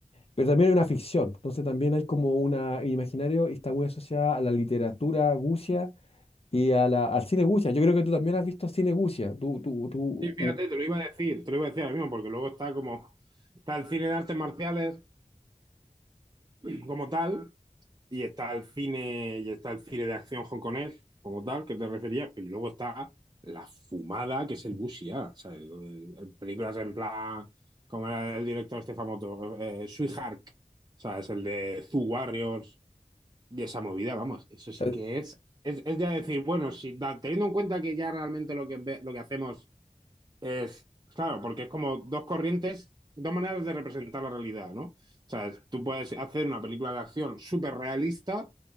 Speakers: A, on the left; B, on the right.
A: Pero también hay una ficción, entonces también hay como una imaginario y está muy asociada a la literatura gucia y a la, al cine gucia. Yo creo que tú también has visto cine gucia. Tú, tú, tú,
B: Sí, fíjate,
A: u-
B: te lo iba a decir, te lo iba a decir ahora mismo, porque luego está como, está el cine de artes marciales como tal, y está el cine, y está el cine de acción hongkonés, como tal, que te refería, pero luego está la fumada, que es el Bushia, ¿sabes? Lo de- películas en plan, como era el director este famoso, eh, Sweetheart, ¿sabes? El de Zoo Warriors y esa movida, vamos, eso sí
A: eh,
B: que es, es, es ya decir, bueno, si da- teniendo en cuenta que ya realmente lo que, ve- lo que hacemos es, claro, porque es como dos corrientes, dos maneras de representar la realidad, ¿no? O sea, es- tú puedes hacer una película de acción súper realista